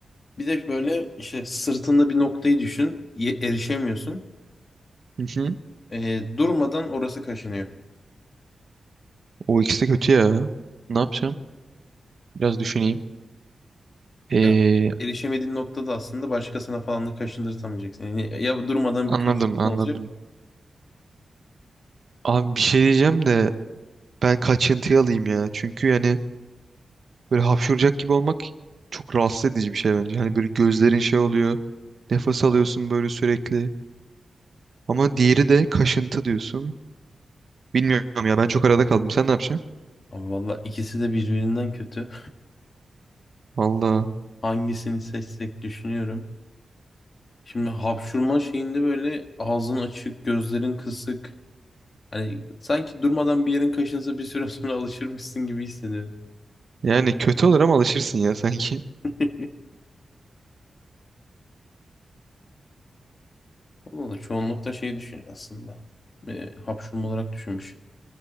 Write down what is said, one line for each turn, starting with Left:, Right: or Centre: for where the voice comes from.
Left: Bir de böyle işte sırtında bir noktayı düşün ye- erişemiyorsun.
Right: <laughs>
Left: Ee, durmadan orası kaşınıyor.
Right: O ikisi de kötü ya. Ne yapacağım? Biraz düşüneyim. Ee,
Left: Ya erişemediğin noktada aslında başkasına falan da kaşındırtamayacaksın. Yani ya durmadan
Right: anladım
Left: bir kaşıntın
Right: anladım.
Left: olacak.
Right: Abi bir şey diyeceğim de ben kaçıntıyı alayım ya. Çünkü yani böyle hapşuracak gibi olmak çok rahatsız edici bir şey bence. Hani böyle gözlerin şey oluyor. Nefes alıyorsun böyle sürekli. Ama diğeri de kaşıntı diyorsun. Bilmiyorum ya ben çok arada kaldım. Sen ne yapacaksın?
Left: Abi valla ikisi de birbirinden kötü.
Right: Valla.
Left: <laughs> Hangisini seçsek düşünüyorum. Şimdi hapşurma şeyinde böyle ağzın açık, gözlerin kısık. Hani sanki durmadan bir yerin kaşınsa bir süre sonra <laughs> alışırmışsın gibi hissediyorum.
Right: Yani kötü olur ama alışırsın ya sanki.
Left: <laughs> Valla çoğunlukta şey düşünüyor aslında. E, hapşurma olarak düşünmüş.